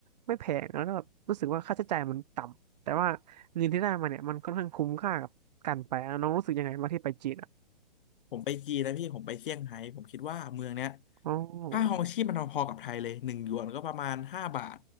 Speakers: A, on the right; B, on the left.
A: ไม่แพงแล้วก็แบบรู้สึกว่าค่าใช้จ่ายมันต่ำแต่ว่าเงินที่ได้มาเนี่ยมันค่อนข้างคุ้มค่ากับการไปอ่ะน้องรู้สึกยังไงบ้างที่ไปจีนอ่ะ
B: ผมไปจีนแล้วพี่ผมไปเซี่ยงไฮ้ผมคิดว่าเมืองเนี้ย
A: อ๋อ
B: ค่าครองชีพมันพอๆกับไทยเลยหนึ่งหยวนก็ประมาณห้าบาท